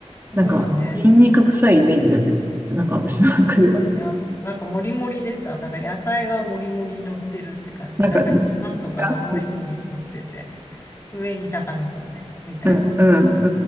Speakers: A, on the right; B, on the left.
A: なんか、
B: そうね。
A: ニンニク臭いイメージだけどね。なんか私の中では。
B: いや、なんかもりもりでさ、なんか野菜がもりもり乗ってるって感じ。
A: なんか、
B: なんかニラとかがもりもり乗ってて、
A: 肉が、
B: 上に鷹の爪みたいな。
A: うんうん